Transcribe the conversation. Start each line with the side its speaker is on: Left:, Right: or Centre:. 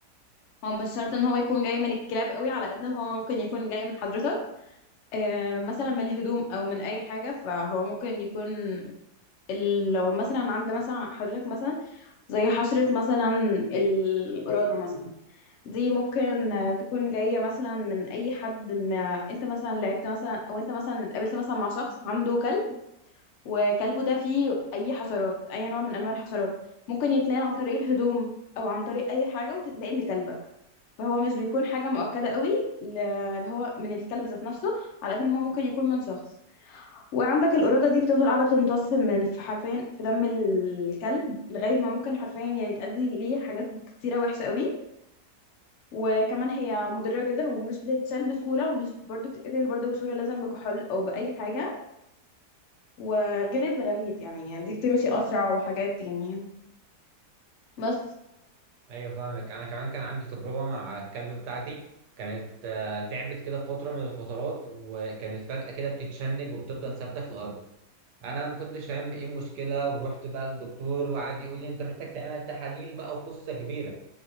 Left: هو مش شرط ان هو يكون جاي من الكلاب قوي على قد ما هو ممكن يكون جاي من حضرتك آه، مثلا من الهدوم او من اي حاجه فهو ممكن يكون ال- لو مثلا عند مثلا حضرتك مثلا زي حصرة مثلا الإرادة مثلا دي ممكن تكون جاية مثلا من أي حد ما أنت مثلا لعبت مثلا أو أنت مثلا اتقابلت مثلا مع شخص عنده كلب وكلبه ده فيه أي حشرات أي نوع من أنواع الحشرات ممكن يتنقل عن طريق الهدوم أو عن طريق أي حاجة وتتنقل لكلبك فهو مش بيكون حاجة مؤكدة قوي ل- اللي هو من الكلب ذات نفسه على قد ما هو ممكن يكون من شخص وعندك القرادة دي بتفضل قاعدة بتمتص من في حرفيا في دم الكلب لغاية ما ممكن حرفيا يعني تأدي ليه حاجات كتيرة وحشة قوي وكمان هي مضرة جدا ومش بتتشال بسهولة ومش برضه بتتقتل برضه بسهولة لازم بكحول أو بأي حاجة وغير البراغيث يعني يعني دي بتمشي أسرع وحاجات يعني بس
Right: ايوه فاهمك انا كمان كان عندي تجربه مع الكلب بتاعتي كانت آه، تعبت كده في فتره من الفترات وكانت فجاه كده بتتشنج وبتفضل ثابته في الارض انا ما كنتش فاهم ايه المشكله ورحت بقى للدكتور وقعد يقول لي انت محتاج تعمل تحاليل بقى وقصه كبيره